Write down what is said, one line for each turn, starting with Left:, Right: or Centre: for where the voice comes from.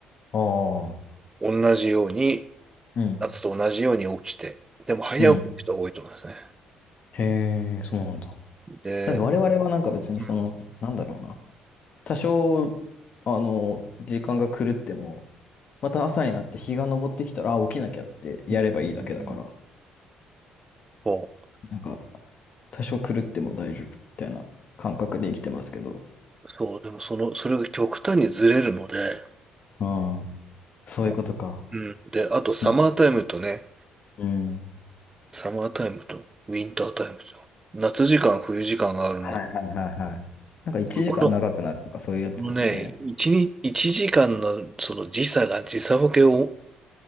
Left: ああ、
Right: 同じように、
Left: うん、
Right: 夏と同じように起きて、でも早起きの人が多いと思いますね。
Left: うん。へえ、そうなんだ。
Right: で、
Left: だって我々はなんか別にその、
Right: うん。
Left: なんだろうな。多少、あの、時間が狂っても、また朝になって日が昇ってきたら、あ、起きなきゃってやればいいだけだから、
Right: うんうんそ
Left: なんか、多少狂っても大丈夫みたいな感覚で生きてますけど。
Right: う、そうでもその、それが極端にずれるので、
Left: ああそういうことか。
Right: いやうん。で、あとサマータイムとね、
Left: 夏。うん。
Right: サマータイムとウィンタータイムと、夏時間、冬時間があるの。
Left: はいはいはいはい。なんか1時間長くなるとかそういうやつですよね。
Right: そこのあのね、一日、一時間のその時差が時差ボケを